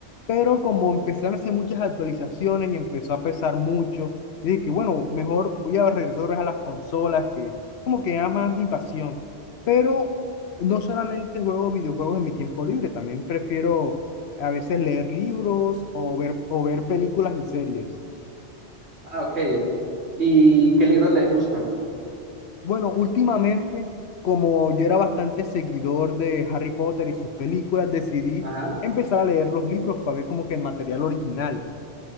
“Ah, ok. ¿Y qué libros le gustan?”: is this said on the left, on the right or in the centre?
Right